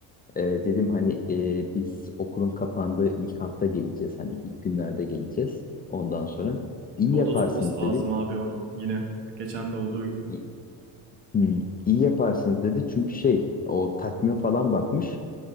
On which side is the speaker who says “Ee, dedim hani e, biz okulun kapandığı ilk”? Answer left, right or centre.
Left